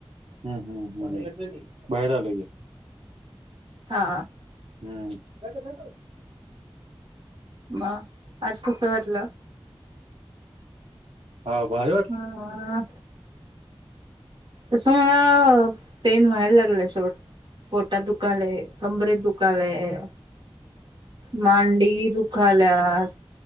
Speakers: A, on the right (about 85°); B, on the right (about 50°).
A: हम् हम्म हम् बाहेर आलोे
B: हा
A: हम् काो
B: बा आज कस वाटलं
A: हा बाहेरट
B: हा तसं मला पेन व्हायला लागलंय सोड फोटा दुखालाय कमबरेेत दुखालय मांडी दुखाल्यात